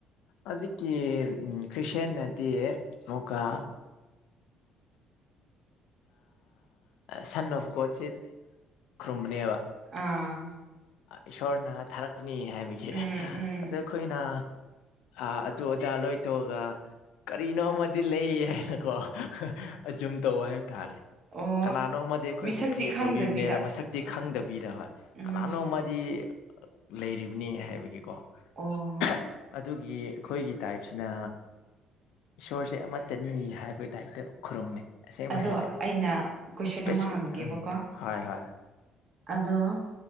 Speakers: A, on the left; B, on the right.
A: ꯍꯧꯖꯤꯛꯀꯤ ꯎꯝ ꯀꯔ꯭ꯤꯁꯦꯟꯅꯗꯤ ꯃꯨꯀ ꯁꯟ ꯑꯣꯐ ꯒꯣꯠꯁꯤ ꯈꯨꯔꯨꯝꯕꯅꯦꯕ
B: ꯑꯥ
A: ꯏꯁꯣꯔꯅ ꯊꯥꯔꯛꯄ ꯅꯤ ꯍꯥꯏꯕꯒꯤ
B: ꯎꯝ ꯎꯝ
A: ꯑꯗ ꯑꯩꯈꯣꯏꯅ ꯑ ꯑꯗꯨ ꯑꯗꯥ ꯂꯣꯏꯊꯣꯛꯑꯒ ꯀꯔꯤꯅꯣꯃ ꯂꯩ ꯍꯥꯏꯅꯀꯣ ꯑꯆꯨꯝ ꯇꯧ ꯍꯥꯏ ꯇꯔꯦ
B: ꯑꯣ
A: ꯀꯅꯥꯅꯣꯝꯃꯗꯤ ꯑꯩꯈꯣꯏꯕꯨ
B: ꯃꯤꯁꯛꯇꯤ
A: ꯀ꯭ꯔꯤꯌꯦꯠ
B: ꯈꯪꯗꯕꯤꯗ
A: ꯇꯧꯕꯤꯕꯅꯦꯅ ꯃꯁꯛꯇꯤ ꯈꯪꯗꯕꯤꯗ ꯍꯣꯏ
B: ꯎꯝ
A: ꯂꯅꯣ ꯃꯗꯤ ꯂꯩꯔꯤꯕꯅꯤ ꯍꯥꯏꯕꯒꯤꯀꯣ
B: ꯑꯣ
A: <unintelligible> ꯑꯗꯨꯒꯤ ꯑꯩꯈꯣꯏꯒꯤ ꯇꯥꯏꯞꯁꯤꯅ ꯏꯁꯣꯔꯁꯦ ꯑꯃꯠꯇꯅꯤ ꯍꯥꯏꯕ ꯇꯥꯏꯞꯇ ꯈꯨꯔꯨꯝꯃꯦ ꯑꯁꯦꯡꯕ
B: ꯑꯗꯣ
A: ꯍꯥꯏꯔꯗꯤ
B: ꯑꯩꯅ ꯀꯣꯏꯁꯟ
A: ꯏꯁꯄꯦꯁꯤꯐꯤꯛ
B: ꯑꯃ ꯍꯪꯒꯦꯕꯀꯣ
A: ꯑꯣꯏꯔꯥ ꯎꯝ ꯍꯣꯏ ꯍꯣꯏ
B: ꯑꯗꯣ